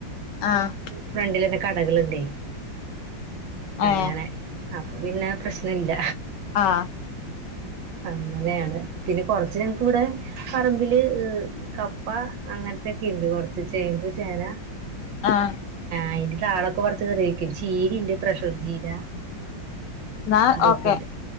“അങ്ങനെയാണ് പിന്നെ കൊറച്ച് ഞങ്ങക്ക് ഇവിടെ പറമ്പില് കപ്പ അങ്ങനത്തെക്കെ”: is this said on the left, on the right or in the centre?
Right